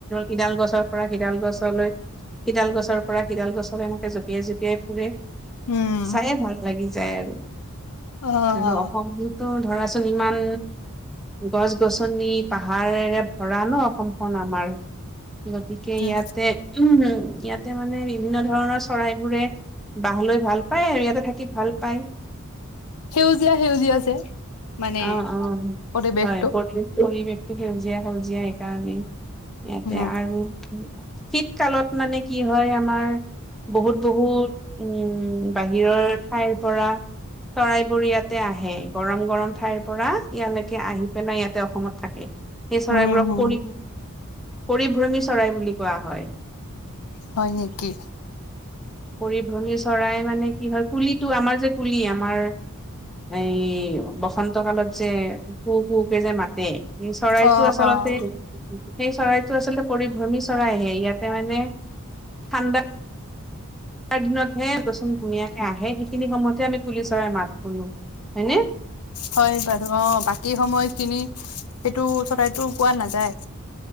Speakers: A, in the centre; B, on the left.
A: ইডাল গছৰ পৰা সিডাল গছলৈ। ইডাল গছৰ পৰা সিডাল গছত এনেকে জঁপিয়াই জঁপিয়াই ফুৰে,
B: উম,
A: চায়ে ভাল লাগি যায়।
B: অ',
A: আৰু অসমতো ধৰাচোন ইমান, গছ গছ গচনি, পাহাৰেৰে ভৰা ন অসমখন আমাৰ। গতিকে
B: উম।
A: ইয়াতে উ ইয়াতে মানে বিভিন্ন ধৰণৰ চৰাইবোৰে বাঁহ লৈ ভাল পায় আৰু ইয়াতে থাকি ভাল পায়।
B: সেউজীয়া সেউজীয়া যে মানে,
A: অ অ
B: পৰিৱেশটো।
A: হয় পৰি পৰিৱেশটো সেউজীয়া সেউজীয়া সেইকাৰণে। ইয়াতে
B: উম,
A: আৰু শীত কালত মানে কি হয় আমাৰ বহুত বহুত উম বাহিৰৰ ঠাই পৰা, চৰাইবোৰ ইয়াতে আহে গৰম গৰম ঠাইৰ পৰা ইয়ালৈকে আহি পেলাই ইয়াত অসমত থাকে, সেই চৰাইবোৰক
B: উম, উম।
A: পৰি পৰিভ্ৰমী চৰাই বুলি কোৱা হয়।
B: হয় নেকি?
A: পৰিভ্ৰমী চৰাই মানে কি হয় কুলিটো আমাৰ যে কুলি আমাৰ, এই বসন্ত কালত যে কু কো কে যে মাতে চৰাই
B: অ',
A: আচলতে,
B: অ',
A: সেই চৰাইটো আচলতে পৰিভ্ৰমী চৰাইহে, ইয়াতে মানে <unintelligible> ৰ দিনতহে বচন ধুনীয়াকে আহে সেইখিনি সময়তে আমি কুলি চৰাই মাত শুনো। হয়নে?
B: হয় বাৰু অ' বাকী সময়খিনি সেইটো চৰাইটো পোৱা নাযায়।